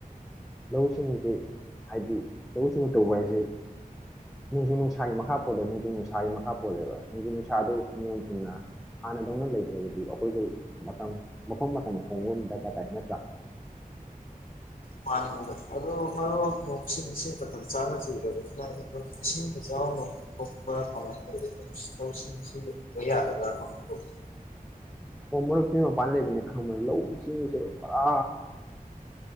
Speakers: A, in the centre; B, on the left (about 65°).
A: ꯂꯧ ꯁꯤꯡꯎꯁꯤ ꯍꯥꯏꯗꯤ ꯂꯧꯎ ꯁꯤꯡꯎ ꯇꯧꯕꯁꯤ ꯅꯣꯡꯖꯨ ꯅꯨꯡꯁꯥꯒꯤ ꯃꯈꯥ ꯄꯣꯜꯂꯦ ꯅꯣꯡꯖꯨ ꯅꯨꯡꯁꯥꯒꯤ ꯃꯈꯥ ꯄꯣꯜꯂꯦꯕ ꯅꯣꯡꯖꯨ ꯅꯨꯡꯁꯥꯗꯨ ꯅꯤꯌꯣꯝ ꯆꯨꯝꯅ ꯍꯥꯟꯅ ꯗꯧꯅ ꯂꯩꯇꯔꯕꯗꯤ ꯑꯈꯣꯏꯁꯨ ꯃꯇꯝ ꯃꯐꯝ ꯃꯇꯝ ꯍꯣꯡꯕꯝ ꯗꯔꯀꯥꯔ ꯇꯥꯏ ꯅꯠꯇ꯭ꯔꯥ
B: ꯃꯥꯅꯤ ꯃꯔꯨꯞ ꯑꯗꯣ ꯃꯔꯨꯞ ꯅꯣꯡꯁꯤꯡꯁꯤ ꯃꯇꯝ ꯆꯥꯅ ꯆꯨꯔꯕꯗꯤ <unintelligible> ꯑꯗꯣ ꯏꯁꯤꯡ ꯏꯆꯥꯎ ꯊꯣꯛꯄ ꯀꯃꯥꯏ ꯇꯧꯏ <unintelligible> ꯂꯧ ꯁꯤꯡꯁꯤ ꯕ ꯌꯥꯗꯕ꯭ꯔꯥ ꯀꯃꯥꯏ ꯇꯧꯏ
A: ꯑꯣ ꯃꯔꯨꯞꯇꯤ ꯃꯄꯥꯟ ꯂꯩꯕꯅꯤꯅ ꯈꯪꯉꯝꯃꯔꯣꯏ ꯂꯧꯁꯤꯡꯁꯦ ꯄꯨꯔꯥ